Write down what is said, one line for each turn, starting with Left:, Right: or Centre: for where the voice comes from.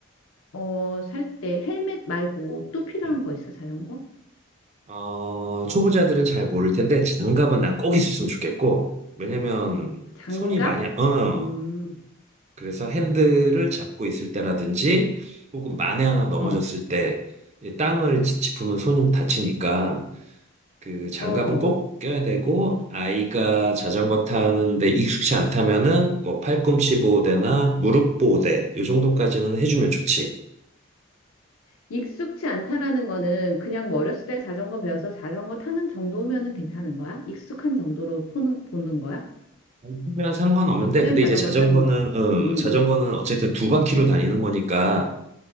Left: 어, 살 때 헬멧 말고 또 필요한
Right: 음.
Left: 거 있어? 자전거?
Right: 어, 초보자들은 잘 모를 텐데 장갑은 난 꼭 있었으면 좋겠고 왜냐면
Left: 장갑?
Right: 손이 많이 어
Left: 음,
Right: 그래서 핸들을 잡고 있을 때라든지 혹은 만에 하나 넘어졌을
Left: 어,
Right: 때이 땅을 짚- 짚으면 손이 다치니까 그 장갑은
Left: 어,
Right: 꼭 껴야 되고 아이가 자전거 타는데 익숙치 않다면은 뭐 팔꿈치 보호대나
Left: 어.
Right: 무릎 보호대 이 정도까지는 해주면 좋지.
Left: 익숙치 않다라는 거는 그냥 뭐 어렸을 때 자전거 배워서 자전거 타는 정도면은 괜찮은 거야? 익숙한 정도로 보는, 보는 거야?
Right: 아니면 상관없는데
Left: 그냥
Right: 근데
Left: 자전거
Right: 이제 자전거는
Left: 타는 거.
Right: 어,
Left: 응, 응,
Right: 자전거는
Left: 응.
Right: 어쨌든 두 바퀴로 다니는 거니까